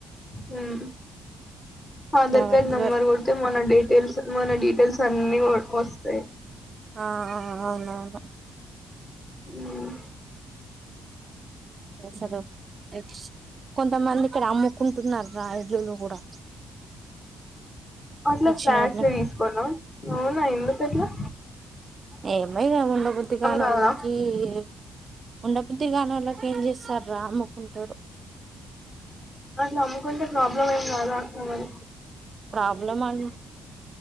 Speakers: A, on the left (about 25°); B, on the right (about 40°).
A: హ్మ్ ఆధార్
B: కాబట్టి
A: కార్డ్ నంబర్
B: ఇవ్వరు
A: కొడితే మన డీటెయిల్స్ మన డీటెయిల్స్ అన్ని వస్తాయి.
B: ఆ అవునవును
A: హ్మ్
B: <unintelligible> కొంతమంది ఇక్కడ అమ్ముకుంటున్నారు రా ఇల్లులు కూడా.
A: అట్లా
B: ఇచ్చినోళ్ళు
A: ఫ్లాట్స్ తీసుకున్నాం, అవునా ఎందుకు ఎట్లా.
B: ఏం లేదు ఉండబుద్ధి కానులకి
A: కాదా
B: ఉండ. ఉండబుద్దిగానో లోకు ఏం చేస్తారా అమ్ముకుంటూరు.
A: వాళ్లు అమ్ముకుంటే ప్రాబ్లం ఏం రాదు అక్క మరి.
B: ప్రాబ్లమ్ మం.